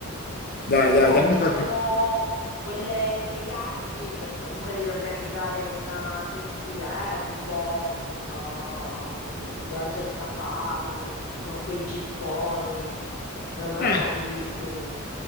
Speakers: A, on the left (about 45°); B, on the left (about 85°).
A: Dai, dai,
B: Beh,
A: dammi
B: ci
A: qualche...
B: sono quelle- quei viaggi che comunque devi organizzare in eh, agenzia, eh, tipo ehm, viaggi al safari con quei gipponi. Secondo me
A: Eh,
B: sono fighissimi.